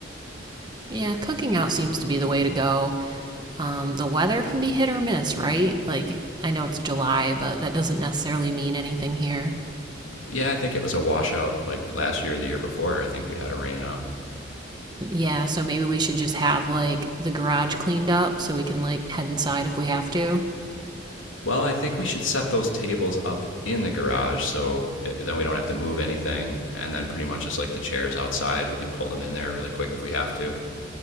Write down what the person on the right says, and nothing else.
Yeah, cooking out seems to be the way to go. Um, the weather can be hit or miss, right? Like, I know it's July, but that doesn't necessarily mean anything here.
Yeah, so maybe we should just have, like, the garage cleaned up so we can, like, head inside if we have to.